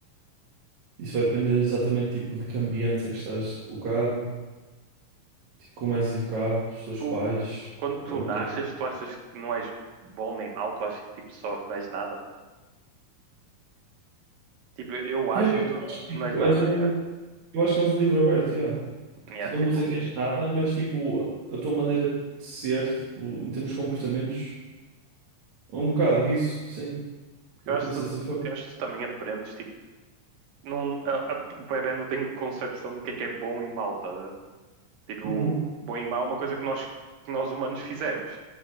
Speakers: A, on the right; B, on the right.
A: isso vai depender exatamente tipo de que ambiente é que estás colocado, tipo, como és educado pelos teus
B: Tu,
A: pais
B: quando
A: ou
B: tu nasces,
A: quem.
B: tu achas que não és bom nem mau, tu achas que tipo só não és nada? Tipo, eu acho
A: Yeah, eu
B: que tu,
A: acho
B: tu
A: que
B: não
A: tipo,
B: és nada,
A: és um,
B: yeah.
A: eu acho que és um livro aberto, yeah.
B: Yeah,
A: Tipo,
B: tipo,
A: não vou dizer que és nada, mas tipo, a tua maneira de ser, tipo, em termos de comportamentos Um bocado isso, sim.
B: porque
A: Eu
B: eu acho
A: penso
B: que
A: dessa
B: tu,
A: forma.
B: eu acho que tu também aprendes, tipo, não, a- a- o bebé não tem concepção do que é que é bom e mau, tá? a ver? Tipo,
A: Uhum,
B: bom e mau é uma coisa que nós, que nós humanos fizemos.